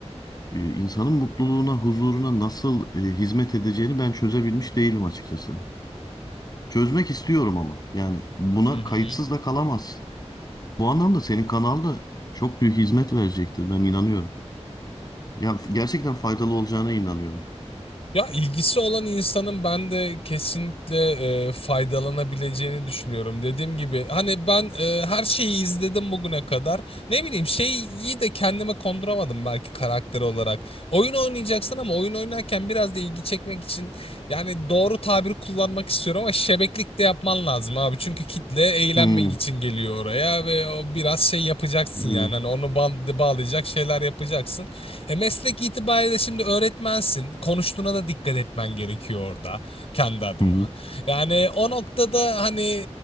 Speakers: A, on the left (about 35°); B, on the left (about 60°).
A: e, insanın mutluluğuna, huzuruna nasıl e, hizmet edeceğini ben çözebilmiş değilim açıkçası. Çözmek istiyorum ama yani buna
B: Hı hı.
A: kayıtsız da kalamaz. Bu anlamda senin kanal da çok büyük hizmet verecektir ben inanıyorum. Ya gerçekten faydalı olacağına inanıyorum.
B: Ya ilgisi olan insanın ben de kesinlikle e, faydalanabileceğini düşünüyorum. Dediğim gibi hani ben e, her şeyi izledim bugüne kadar. Ne bileyim şeyi de kendime konduramadım belki karakter olarak. Oyun oynayacaksın ama oyun oynarken biraz da ilgi çekmek için yani doğru tabiri kullanmak istiyorum ama şebeklik de yapman lazım abi. Çünkü kitle eğlenmek
A: Hmm,
B: için geliyor oraya ve o biraz şey yapacaksın yani.
A: evet.
B: Hani onu ba- bağlayacak şeyler yapacaksın. E meslek itibariyle şimdi öğretmensin. Konuştuğuna da dikkat etmen gerekiyor orada kendi adıma.
A: Hı hı.
B: Yani o noktada hani